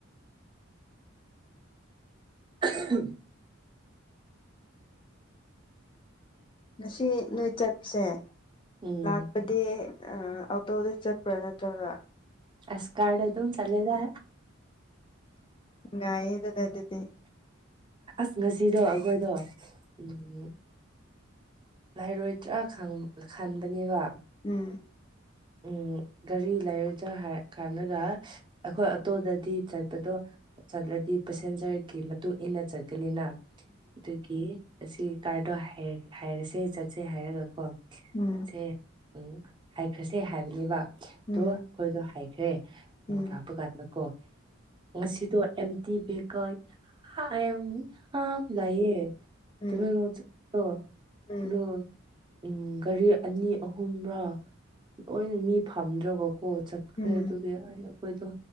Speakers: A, on the right; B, on the left.
A: ꯑꯍꯝ
B: ꯉꯁꯤ ꯅꯣꯏ ꯆꯠꯄꯁꯦ
A: ꯎꯝ
B: ꯂꯥꯛꯄꯗꯤ ꯑ ꯑꯥꯎꯇꯣꯗ ꯆꯠꯄ꯭ꯔꯥ ꯅꯠꯇ꯭ꯔꯒ
A: ꯑꯁ ꯀꯥꯗ ꯑꯗꯨꯝ ꯆꯠꯂꯦꯗꯥ
B: ꯉꯥꯢꯌꯦ ꯑꯗꯨꯗ ꯑꯗꯨꯗꯤ
A: ꯑꯁ ꯉꯁꯤꯗꯣ ꯑꯩꯈꯣꯏꯗꯣ ꯎꯝ ꯂꯥꯏꯔꯣꯏ ꯆꯈꯪ ꯈꯟꯕꯅꯦꯕ
B: ꯎꯝ
A: ꯎꯝ ꯀꯔꯤ ꯂꯩꯔꯗꯔ ꯍꯥꯢ ꯈꯜꯂꯒ ꯑꯈꯣꯢ ꯑꯇꯣꯟꯗꯗꯤ ꯆꯠꯄꯗꯣ ꯆꯠꯂꯗꯤ ꯄꯦꯁꯦꯟꯖꯔꯒꯤ ꯃꯇꯨꯡ ꯏꯟꯅ ꯆꯠꯀꯅꯤꯅ ꯑꯗꯨꯒꯤ ꯑꯁꯤ ꯀꯥꯔꯗꯣ ꯍꯥꯏꯔ ꯍꯥꯏꯔꯁꯦ ꯆꯠꯁꯦ ꯍꯥꯏꯔꯒꯀꯣ
B: ꯎꯝ
A: ꯆꯠꯁꯦ ꯎꯝ ꯍꯥꯏꯈ꯭ꯔꯁꯦ ꯍꯥꯏꯕꯅꯦꯕ ꯑꯗꯣ
B: ꯎꯝ
A: ꯑꯈꯣꯏꯗꯣ ꯍꯥꯏꯈ꯭ꯔꯦ ꯑꯃꯛ
B: ꯎꯝ
A: ꯂꯥꯀꯄꯥ ꯀꯥꯟꯗꯀꯣ ꯉꯁꯤꯗꯣ ꯑꯃꯇꯤ ꯕꯍꯦꯀꯜ ꯍꯥꯢꯑꯝ ꯍꯥꯝ ꯂꯩꯌꯦ
B: ꯎꯝ
A: ꯇꯃꯦꯂꯣꯡ
B: ꯎꯝ
A: ꯆꯠꯄꯗꯣ
B: ꯎꯝ
A: ꯑꯗꯣ ꯎꯝ ꯒꯥꯔꯤ ꯑꯅꯤ ꯑꯍꯨꯝꯔꯥ ꯂꯣꯏ ꯃꯤ ꯐꯝꯗ꯭ꯔꯒꯣ ꯑꯣ ꯆꯠꯈ꯭ꯔꯦ
B: ꯎꯝ
A: ꯑꯗꯨꯒꯤ ꯑꯩ ꯑꯈꯣꯏꯗꯣ